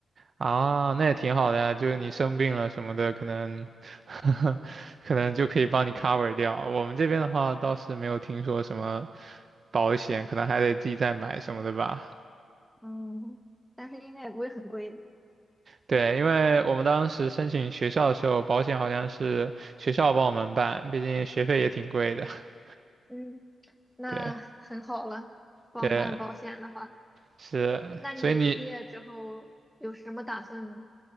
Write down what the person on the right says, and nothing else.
啊，那也挺好的呀，就是你生病了什么的，可能 <laughs> 可能就可以帮你 cover 掉。我们这边的话倒是没有听说什么保险，可能还得自己再买什么的吧。
对，因为我们当时申请学校的时候，保险好像是学校帮我们办，毕竟学费也挺贵的。<laughs>
对
对，是，
所以你